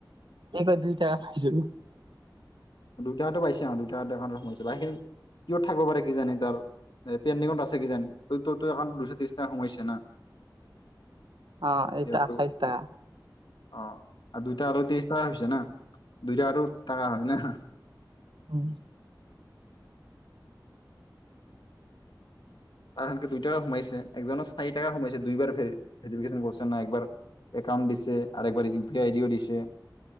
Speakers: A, on the right; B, on the left.
A: এইবাৰ দুইটাছ
B: দুইটাকাতো পাইছে অ দুই টাকাতো একাউণ্টত সোমাইছে। বাকীখিনি কিয়ত থাকিব পাৰে কিজানি তাৰ পেণ্ডিঙত আছে কিজানি ত তোৰ একাউণ্টত দুশ ত্ৰিশটাকা সোমাইছে না।
A: অ এইটো
B: ইয়াৰটো
A: আঠাইশ টকা
B: অ আৰু দুইটাকা আৰু তেইছটা হৈছে না। দুইটাকাটো টাকা হয় না।
A: উ
B: আৰ সেনকে দুই টাকা সোমাইছে একজনৰ চাৰি টাকা সোমাইছে দুইবাৰ ভেৰিফিকেচন কৰিছে না। একবাৰ একাউন্ট দিছে আৰু একবাৰ ইউ পি আই আই ডিও দিছে।